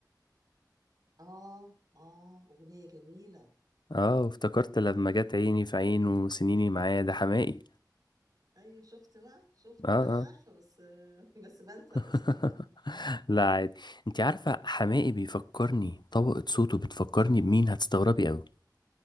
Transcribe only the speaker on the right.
اه اه اغنيه جميله
اه ايوه شفت بقى شفت
انا
عارفه بس <laughs> بس بنسى
الاسماء